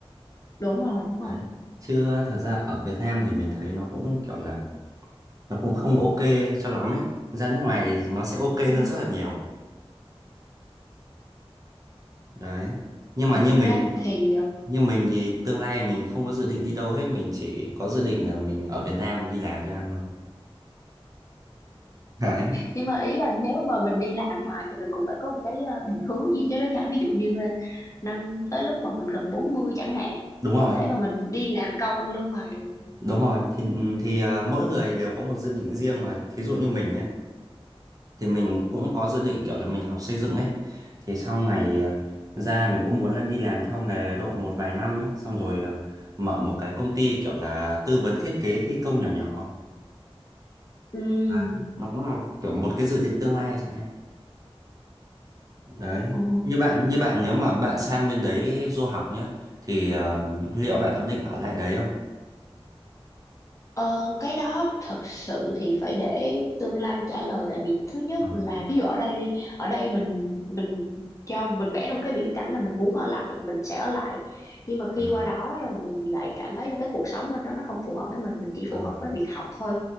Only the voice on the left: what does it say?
đúng rồi đúng rồi
ừ.
thật
ra thì
nhưng mà ý là nếu mà mình đi làm hoài thì mình cũng phải có một cái ờ, định hướng gì chứ đó chả ví dụ như là năm tới lúc mà mình gần 40 chẳng hạn
không thể mà mình đi làm công ăn lương hoài được
ừ,
ồ
Ờ, cái đó thật sự thì phải để tương lai trả lời tại vì thứ nhất
là ví dụ ở đây đi ở đây mình mình cho mình vẽ ra một cái viễn cảnh là mình muốn ở lại mình sẽ ở lại nhưng mà khi
qua đó rồi mình lại cảm thấy là cái cuộc sống bên đó nó không phù hợp với mình mình chỉ
phù hợp với việc học thôi